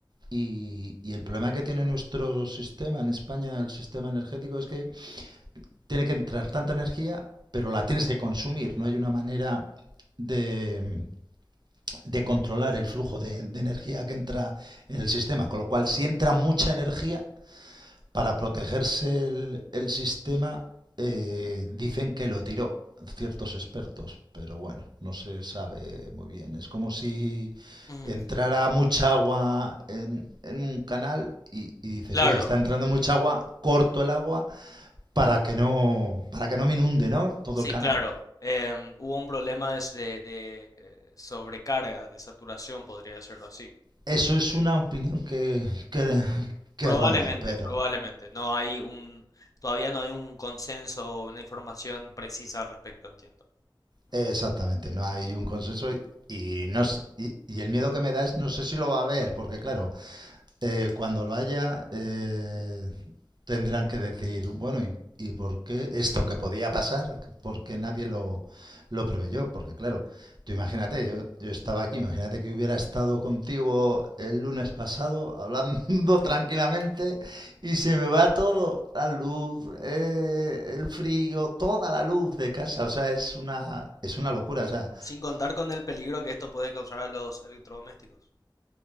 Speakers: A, on the right; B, on the left.
A: y, y el problema que tiene nuestro sistema en España, el sistema energético, es que tiene que entrar tanta energía, pero la tienes que consumir. No hay una manera de, de controlar el flujo de, de energía que entra en el sistema. Con lo cual, si entra mucha energía, para protegerse el, el sistema, eh, dicen que lo tiró ciertos expertos, pero bueno, no se sabe muy bien. Es como si
B: Ujú,
A: entrara mucha agua en, en un canal y, y, dices,
B: Claro,
A: oye, está entrando mucha agua, corto el agua para que no, para que no me inunde ¿no? todo
B: sí,
A: el canal.
B: claro. Em, hubo un problema de, de- de, eh, sobrecarga, de saturación, podría decirlo así.
A: Eso es una opinión que, que, que
B: Probablemente,
A: ronda, pero
B: probablemente. No hay un, todavía no hay un consenso o una información precisa al respecto, entiendo.
A: Exactamente, no hay un consenso y, y no, s- y, y el miedo que me da es no sé si lo va a ver, porque claro, eh, cuando lo haya, eh, tendrán que decir, bueno, ¿y, y por qué esto que podía pasar? ¿Por qué nadie lo, lo preveyó? Porque claro, tú imagínate, yo, yo estaba aquí, imagínate que hubiera estado contigo el lunes pasado hablando <laughs> tranquilamente y se me va todo, la luz, eh, el frío, toda la luz de casa, o sea, es una, es una locura, o sea,
B: Sin contar con el peligro que esto puede causar a los electrodomésticos.